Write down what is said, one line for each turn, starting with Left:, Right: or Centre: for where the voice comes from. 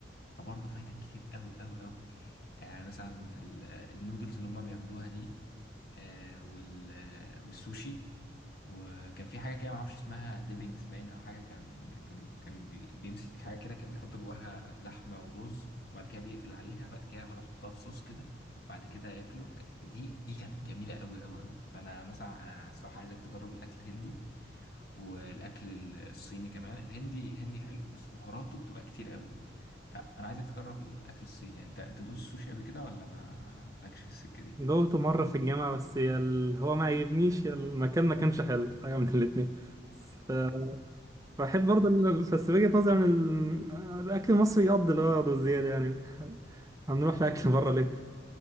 Left: فبرضو فايتك كتير قوي قوي قوي يعني مثلا ال- النودلز اللي هما بيعملوها دي آه، وال- والسوشي وكان في حاجه كده معرفش اسمها ديبنجز باين او حاجه كان كان كان بي- بيمسك حاجه كده كان بيحط جواها لحمه ورز وبعد كده بيقفل عليها بعد كده ياخد احطها في صوص كده بعد كده ياكله ك- دي دي كانت جميله قوي قوي قوي فانا مثلا انا الصراحه عايزك تجرب الاكل الهندي والاكل ال- الصيني كمان الهندي الهندي حلو بس بهاراته بتبقى كتير قوي فانا عايزك تجرب الاكل الصيني انت انت دوقت السوشي قبل كده ولا ما لكش في السكه دي
Right: دوقته مرة في الجامعة بس يا ال- هو ما عجبنيش يا المكان ما كانش حلو حاجة من <laughs> الاتنين بس ف- بحب برضه ال- بس وجهة نظري عن ال- الأكل المصري يقضي الغرض والزيادة يعني <laughs> هنروح لأكل بره ليه؟